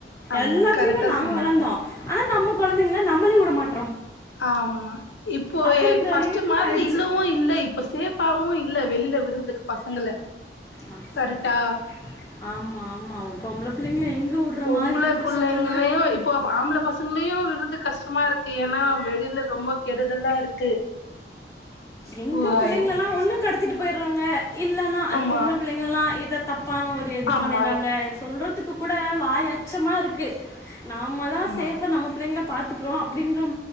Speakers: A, on the left; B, on the left.
A: ஆமா
B: எல்லாத்துலயுமே
A: கரெக்டா
B: நாங்க
A: சொன்னீங்க
B: வளர்ந்தோ ஆனா நமக் கொழந்தைகள நம்மளே வுட மாட்
A: ஆமா இப்போ
B: அப்படின்ற
A: என் ஃபஸ்ட்டு
B: அளவுக்கு
A: மாதிரி
B: ஆயிடுச்சு
A: இல்லவு இல்ல இப்ப சேஃப்பாவு இல்ல வெளியில விடுறதுக்கு பசங்கள
B: ஆ கருட்டா
A: கரெக்டா
B: ஆமா ஆமா <inaudible> எங்க விடுற
A: பொம்பளை
B: மாரி இருக்கு
A: பிள்ளைங்களையும்
B: சொல்லுங்க
A: இப்போ ஆம்பளை பசங்களையும் விருது கஷ்டமா இருக்கு ஏன்னா வெளியில ரொம்ப கெடுதலா இருக்கு.
B: எங்க
A: வாய்
B: பிள்ளைங்களலாம் ஒண்ணு கடத்திட்டு இல்லைன்னா அது
A: ஆமா
B: பொம்பல பிள்ளைங்களல்லாம் இதை தப்பான ஒரு இது
A: ஆமா
B: பண்ணறாங்க சொல்றதுக்கு கூட வாய் அச்சமா இருக்கு. கு <unintelligible> நாம்ம தா
A: ஆமா
B: சேஃபா நம்ம புள்ளைங்கள பாத்துக் அப்ரோ அப்டின்ற